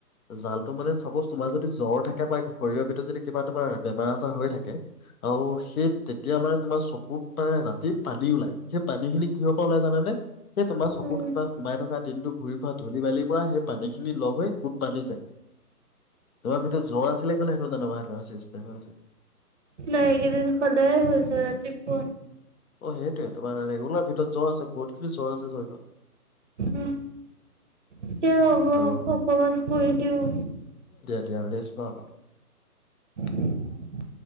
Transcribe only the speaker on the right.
উম,
নাই এইকেইদিন সদায় হৈ যায় ৰাতিপুৱা।
উম এতিয়া হ'ব
অকমান কৈ দিওঁ
হু